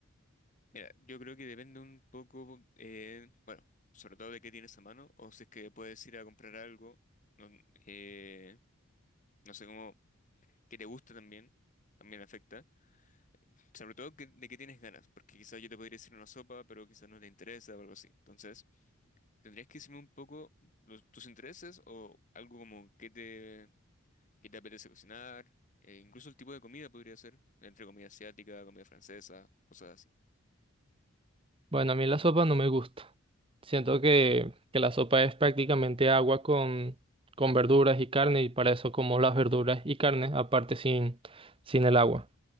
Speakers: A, on the left; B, on the right.
A: Mira, yo creo que depende un poco, eh, bueno, sobre todo de qué tienes a mano, o si es que puedes ir a comprar algo, no, eh, no sé cómo, que te gusta también, también afecta. Sobre todo que- de qué tienes ganas, porque quizás yo te podría decir una sopa, pero quizás no te interesa o algo así. Entonces, tendrías que decirme un poco los- tus intereses o algo como qué te, qué te apetece cocinar, eh, incluso el tipo de comida podría ser, entre comida asiática, comida francesa, cosas así.
B: Bueno, a mí la sopa no me gusta. Siento que, que la sopa es prácticamente agua con, con verduras y carne y para eso como las verduras y carne, aparte sin, sin el agua.